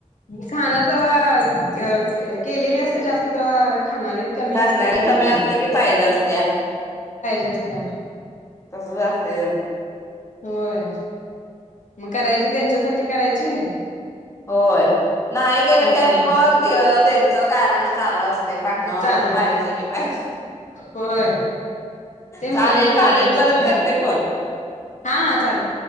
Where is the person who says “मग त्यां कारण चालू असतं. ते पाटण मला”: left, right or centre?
Left